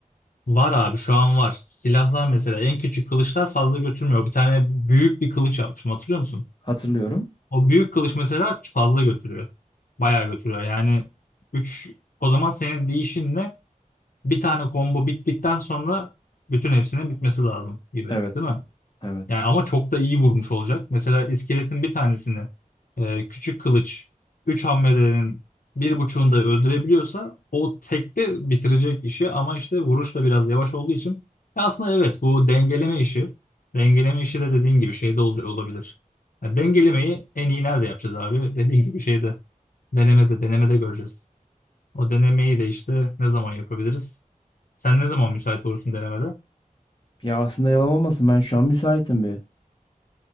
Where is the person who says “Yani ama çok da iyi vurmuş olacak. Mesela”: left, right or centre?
Left